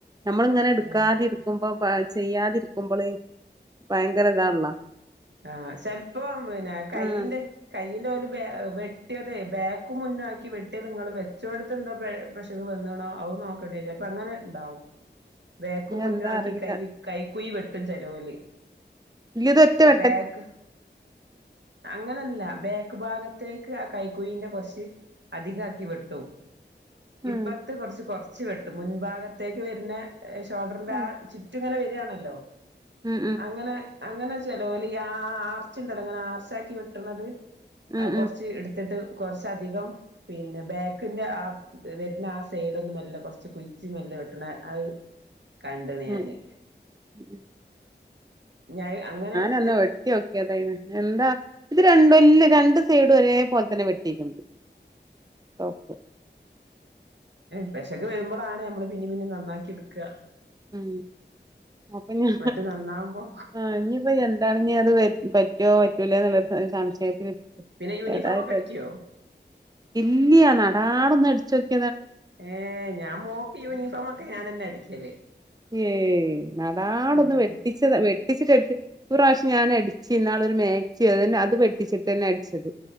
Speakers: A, on the right; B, on the right.
A: നമ്മള ങ്ങനെ എടുക്കാതെ
B: ഏഹ്
A: ഇരിക്കുമ്പോ ചെയ്യാതിരിക്കുമ്പോള് ഭയങ്കര ഇതാണെല്ലൊ
B: ആ ചെലപ്പോ പിന്ന കൈയിന്റെ
A: ആഹ്
B: കൈയിന്റെ ഒരു വെട്ടിയതെ ബേക്ക് മുന്നാക്കി വെട്ടിയത് ഇങ്ങളൾവെച്ചെടുത്ത് എന്തോ പേ പെശക് വന്നണോ അ നോക്കേണ്ടി ഇപ്പ അങ്ങനെ ണ്ടാവും വേക്കമ്മും
A: ഇനി
B: മുന്നും
A: എന്താ
B: ആക്കി
A: അറിയില്ല
B: കൈ കൈക്കുയി വെട്ടും ചെലോല്
A: ഇല്ലത് ഒറ്റവെ
B: ബേക്ക് അങ്ങനല്ല ബേക്ക് ഭാഗത്തേക്ക് കൈക്കുഴിന്റ കുറച്ച് അധികാ ക്കി വെട്ടു
A: ഉം
B: ഇപ്പുറത്ത് കുറച്ച് കുറ വച്ച് വെട്ടു മുൻഭാഗത്തേക്ക് വരുന്ന ഷോൾഡറിന്റെ
A: ഉം
B: ആ ചുറ്റും ങ്ങനെ വരാണല്ലോ
A: ഉം
B: അങ്ങനെ അങ്ങനെ ചെലൊല് ആഹ് ആർച്ച് ഉണ്ടല്ലോ അങ്ങനെ ആർച്ചാക്കി വെട്ട്ണത്
A: ഉം ഉം
B: അത് കൊർച്ച് ഇട്ത്തിട്ട് കുറച്ചധികം പിന്നെ ബാക്കിന്റെ ആഹ് വെരുന്ന ആഹ് സൈഡൊന്നു മെല്ലെ കുറച്ച് കുച്ച്മെല്ലെ കെട്ട്ണ അത്
A: <inaudible>
B: കണ്ട്ണ്
A: ഉം
B: ഞാന്
A: ഉം
B: ഞൻ അങ്ങനെടു
A: ന്ന് വെട്ടി വോക്കിയതായി എന്താ ഇത് രണ്ടും ഇല്ല രണ്ട് സൈഡ് ഒരേ, പോലെ, തന്നെ, വെട്ടിക്കുന്നത് ഓപ്പ
B: പെശക്കെ, വരുമ്പോളാണ്, നമ്മള്, പിന്നും, പിന്നും, നന്നാക്കി, എടുക്കുക
A: ഉം അപ്പംംഞാ
B: മറ്റേ നന്നാവുമ്പോ
A: ആഹ് ഇനിയിപ്പ, എന്താണ, ഇ, അത് പറ്റോ, പറ്റൂലേ, നില സംശയത്തിതായാലും
B: പിന്നെ യൂണിഫോം ഒക്കെ അടിക്കുവോ
A: ഇല്യ നടാ നട ഒട്ച്ച
B: ഏഹ് ഞാൻ മോക്കി യൂണിഫോമ ഒക്കെ ഞാൻന്നെ അടിക്കല്
A: ഏഹ് നടാടൊന്ന്
B: ഉം
A: വെട്ടിച്ച, വെട്ടിച്ചിട്ട, എടുത്ത്വശ്യ ഞാൻ, അടിച്ച്, ഇന്നാളൊരു, മാക്സി, അത് പെട്ടിച്ചിട്ട്, തന്നെ, അടിച്ചത്